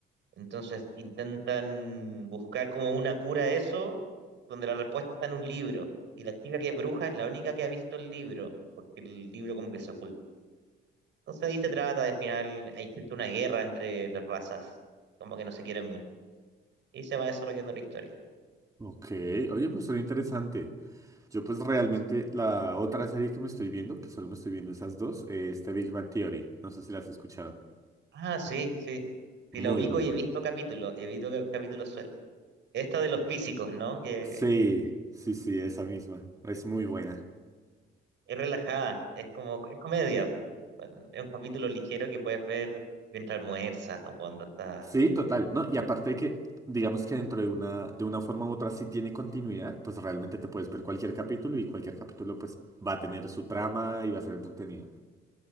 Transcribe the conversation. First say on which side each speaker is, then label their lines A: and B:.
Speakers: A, on the right; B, on the right.
A: entonces intentan buscar como una cura a eso, donde la respuesta está en un libro. Y la chica que es bruja es la única que ha visto el libro, porque el libro como que se oculta. Entonces ahí se trata de al final, hay existe una guerra entre las razas, como que no se quieren mucho. Y se va desarrollando la historia.
B: ok. Oye, pues suena interesante. Yo pues realmente
A: Sí.
B: la otra serie que me estoy viendo, que solo me estoy viendo esas dos, eh, es The Big Bang Theory. No sé si la has escuchado.
A: Ah, sí, sí.
B: Muy
A: Sí, la ubico
B: buena.
A: y he visto capítulos, he visto ca- capítulos sueltos. Esta de los físicos, ¿no? Que
B: Sí, sí, sí, esa misma. Es muy buena.
A: es relajada, es como, es comedia. Son- Es un capítulo ligero que puedes ver mientras almuerzas o cuando estás
B: Sí, total, ¿no? Y aparte de que, digamos que dentro de una, de una forma u otra sí tiene continuidad, pues realmente te puedes ver cualquier capítulo y cualquier capítulo pues va a tener su trama y va a ser entretenido.